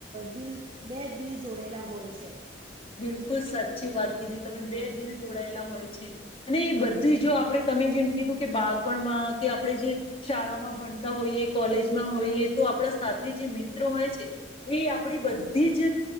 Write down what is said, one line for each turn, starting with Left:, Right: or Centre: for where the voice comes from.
Right: દિલ બે દિલ જોડેલા હોય છે.
Left: બિલકુલ સા ચી વાત કીધી તમે. બે દિલ જોડાયેલા હોય છે. અને એ બધી જો આપણે તમે જેમ કીધું કે બાળપણમાં, કે આપણે જે શાળામાં ભણતા હોઈએ કોલેજમાં હોઈએ, તો આપણા સાથે જે મિત્રો હોય છે એ આપડી બધી જ